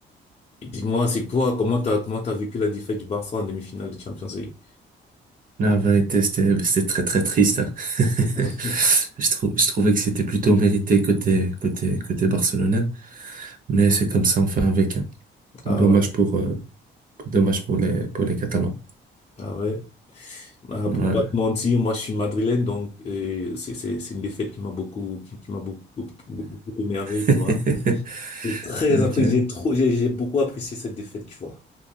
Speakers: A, on the left; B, on the right.
A: Et Dis-moi, c'est quoi, comment t'as, comment t'as vécu la défaite du Barça en demi-finale de Champions League?
B: La vérité, c'était, c'était très très triste. hein. <laughs>
A: <laughs>
B: Je trou- je trouvais que c'était plutôt mérité côté, côté, côté barcelonais, mais c'est comme ça, on fait avec. hein.
A: Ah
B: Dommage
A: ouais.
B: pour, euh, dommage pour les, pour les Catalans.
A: Ah ouais. Ah,
B: Ouais.
A: pour pas te mentir, moi je suis madrilène, donc euh, c'est c'est c'est une défaite qui m'a beaucoup qui, qui m'a beaucoup, beaucoup beaucoup émerveillé, tu
B: <laughs>
A: vois. J'ai très
B: Ok.
A: apprécié, j'ai trop j'ai j'ai beaucoup apprécié cette défaite, tu vois.